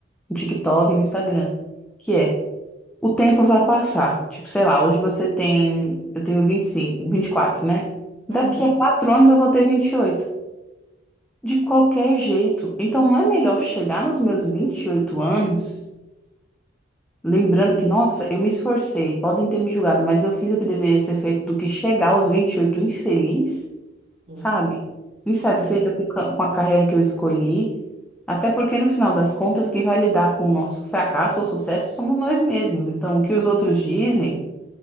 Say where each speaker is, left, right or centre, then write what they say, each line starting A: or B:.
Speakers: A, in the centre; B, on the right.
A: no TikTok e no Instagram. que é o tempo vai passar. Tipo, sei lá, hoje você tem. Eu tenho 25, 24, né? Daqui
B: Uhum,
A: a quatro anos eu vou ter 28. De qualquer jeito. Então não é melhor chegar nos meus 28 anos, lembrando que, nossa, eu me esforcei, podem ter me julgado, mas eu fiz o que deveria ser feito, do que chegar aos 28 infeliz,
B: sim,
A: sabe? Insatisfeita
B: completamente.
A: com ca- com a carreira que eu escolhi. Até porque, no final das contas, quem vai lidar com o nosso fracasso ou sucesso somos nós mesmos. Então, o que os outros dizem.